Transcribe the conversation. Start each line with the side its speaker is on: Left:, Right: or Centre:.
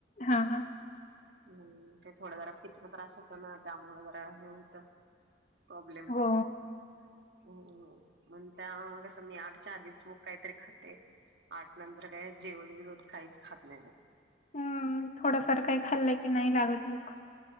Left: हा हा
Right: हम्म ते थोडं जरा पिताचा त्रास होत ना त्यामुळ जरा हे होत प्रॉब्लेम
Left: हो
Right: होतोय हो मग त्या कसं मी आठच्या आधीच मग काहीतरी खाते आठ नंतर काय जेवण बिन काहीच खात नाही मग
Left: हम्म थोडंफार काही खाल्लंय की नाही लागत भुक